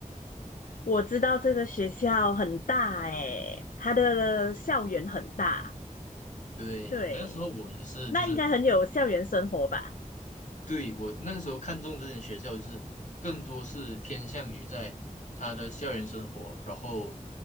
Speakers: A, on the left (about 80°); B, on the left (about 60°).
A: 我知道这个学校很大哎，它的校园很大，
B: 对，
A: 对，
B: 那个时候我也是，
A: 那应该很有校园生活吧？
B: 就是对，我那个时候看中这间学校，就是更多是偏向于在他的校园生活，然后